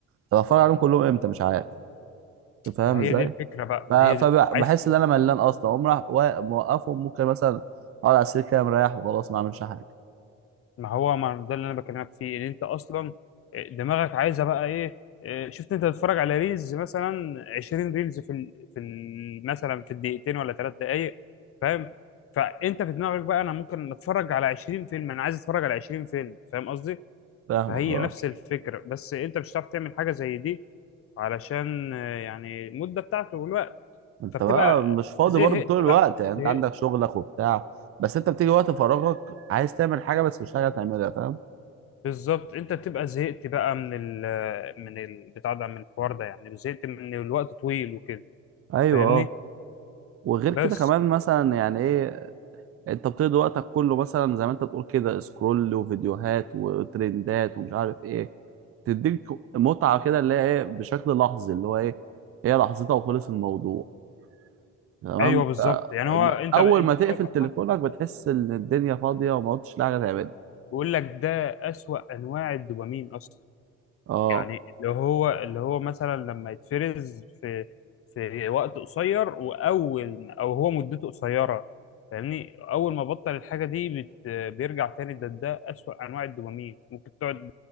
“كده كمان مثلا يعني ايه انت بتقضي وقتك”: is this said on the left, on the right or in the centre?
Right